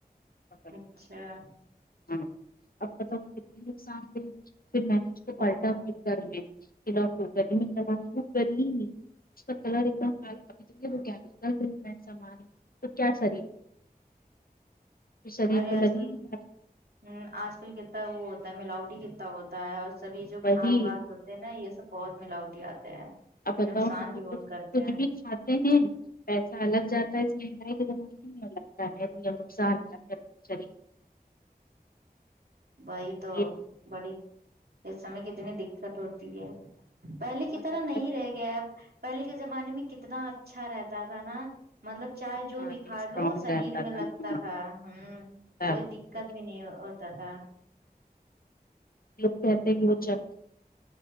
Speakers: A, on the left; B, on the right.
A: <unintelligible>
B: اچھا
A: ہاں اب پتا وہ کتنے نقصان دے فیر میں نے اس کو
B: بہت
A: پلٹا گر میں فیر کوکر میں چاڈایی ہو گلی ہے نہیں اس کا کلر ایک دم <unintelligible> پھر شریر
B: ارے
A: کو
B: آج
A: لگی
B: کل
A: نہیں بات۔
B: ہمم آج کل کتنا وہ ہوتا ہے ملاؤٹی کتنا ہوتا ہوتا ہے اور سبھی جو
A: وہی
B: کھاد واد ہوتے ہیں نا یے سب بہت ملاوٹی آتے ہیں
A: اب بتاؤ
B: نقصان
A: ہم لوگ
B: بھی بہت کرتے
A: کچھ
B: ہیں
A: بھی کھاتے ہیں پیسہ الگ جاتا ہے اس مہنگائی کے زمانے لگتا ہے یا نقصان <unintelligible>
B: وہی تو
A: یہ
B: بڑی اس سمے کتنی دکت ہوتی ہے پہلے
A: بہت
B: کی طرح
A: زیادہ
B: نہیں
A: چیز
B: رہ گیا اب پہلے کے زمانے میں کتنا اچھا رہتا تھا نا مطلب چائے جو
A: ہاں
B: بھی
A: پہ
B: کھا
A: اسٹرانگ
B: لو شریر
A: رہتا
B: میں
A: تھا
B: لگتا
A: ہاں
B: تھا ہمم
A: تب
B: کوئی دک کد بھی نہیں ہوتا تھا
A: لوگ کہتے ہیں کی وہ چل